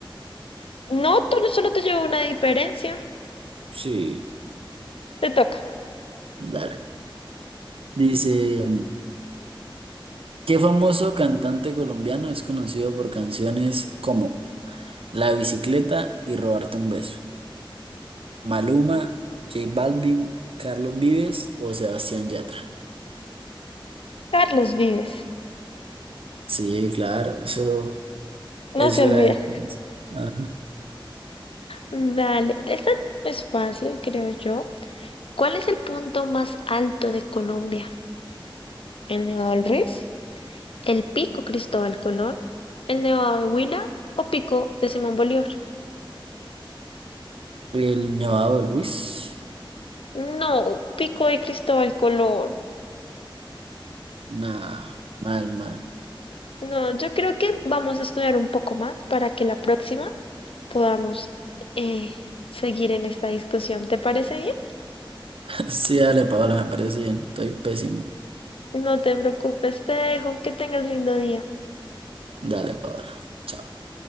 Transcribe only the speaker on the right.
Sí.
Dale. Dice, ¿qué famoso cantante colombiano es conocido por canciones como... La bicicleta y robarte un beso. Maluma, J Balvin, Carlos Vives o Sebastián Yatra.
Sí, claro, eso,
eso
era de... Ajá.
El Nevado del Ruiz.
Nah, mal, mal.
<laughs> Sí, dale, Paola, me parece bien. Estoy pésimo.
Dale, Paola. Chao.